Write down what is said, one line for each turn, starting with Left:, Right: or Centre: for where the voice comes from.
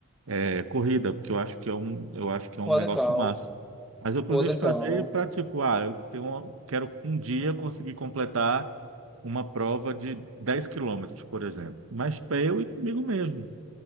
Right: é, corrida, porque eu acho que é um, eu acho que é um
Centre: Pô,
Right: negócio
Centre: legal.
Right: massa. Mas eu planejo
Centre: Pô, legal.
Right: fazer para tipo, ah, eu tenho uma- quero um dia conseguir completar uma prova de 10 quilômetros, por exemplo. Mas para eu e comigo mesmo,